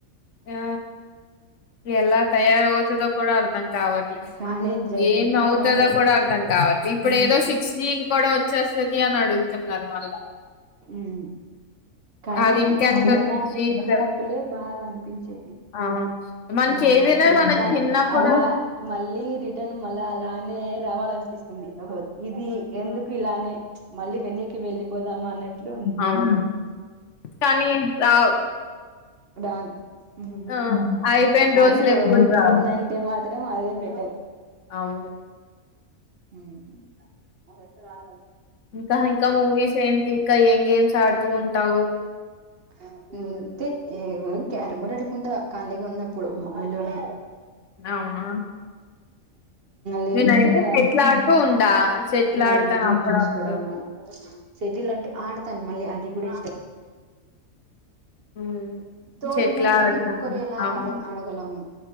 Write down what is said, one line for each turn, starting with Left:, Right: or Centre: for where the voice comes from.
Left: ఆ ఎలా తయారవుతుందో కూడా అర్థం కావట్లే
Right: కానీ జరిగిపోయినాయి
Left: ఏం అవుతదో కూడా అర్థం కావట్లే ఇప్పుడు
Right: ఉమ్
Left: ఏదో సిక్స్ జీ కూడా వచ్చేస్ తది అని అడుగుతున్నారు మళ్ళా
Right: మ్మ్ కానీ
Left: అది ఇంకెంత
Right: చిన్ననాటి
Left: ఫీజు
Right: గుర్తింపులే బా గనిపించేది
Left: అవును మనకి
Right: జ్ఞాపకాలు
Left: ఏదైనా మన
Right: కానీ
Left: చిన్నప్పుడు
Right: అలా మళ్ళీ రిటర్న్ మళ్ళ అలానే రావాలనిపిస్తు స్తుంది అదే ఇది ఎందుకు ఇలానే మళ్ళీ వెన్నకి వెళ్ళిపోదామా అన్నట్లు ఉంది
Left: అవును కానీ రావు
Right: రాద్ ముందు
Left: ఆ
Right: తర
Left: అయిపోయిన
Right: కానీ
Left: రోజులు ఎప్పుడు
Right: వచ్చిందంటే
Left: రావు
Right: మా త్రం అదే బెటర్
Left: అవును
Right: మ్మ్ అదంతా రావ్ లే
Left: ఇంకా ఇంకా మూవీస్ ఏంటి ఇంకా ఏం గేమ్స్ ఆడుతూ ఉంటావు
Right: ఆ మేము ఇంతే మేము క్యారం బోర్డ్ ఆడుకుంట కాలిగా ఉన్నప్ ప్పుడు మొబైలోనే
Left: అవునా
Right: లేదంటే
Left: నేనయితే
Right: ఇకా
Left: చెట్లు ఆడుతూ ఉంటా చెట్లు
Right: ఇకా
Left: ఆడతాను
Right: యూట్యూబ్
Left: అప్పుడప్పుడు
Right: చూసుకోవడము సిటీల్ అంటే ఆడతాను మళ్ళీ అది కూడా ఇష్ట
Left: మ్మ్
Right: తోడు
Left: చెట్లా
Right: ఉండాలి కదా
Left: ఆడతాము
Right: అది ఒక్కరు ఎలా
Left: అవును
Right: ఆడ ఆడగలము